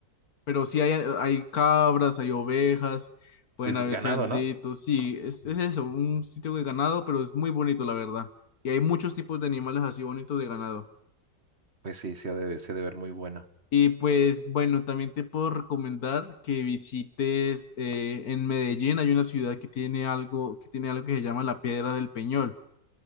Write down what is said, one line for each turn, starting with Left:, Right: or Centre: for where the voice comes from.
Left: Pero sí hay, hay cabras, hay ovejas, pueden
Right: Pues
Left: haber
Right: ganado,
Left: cerditos,
Right: ¿no?
Left: sí, es, es eso, un sitio de ganado, pero es muy bonito, la verdad. Y hay muchos tipos de animales así bonitos de ganado.
Right: Pues sí, se ha de, se ha de ver muy bueno.
Left: Y pues bueno, también te puedo recomendar que visites eh, en Medellín, hay una ciudad que tiene algo, que tiene algo que se llama la Piedra del Peñol.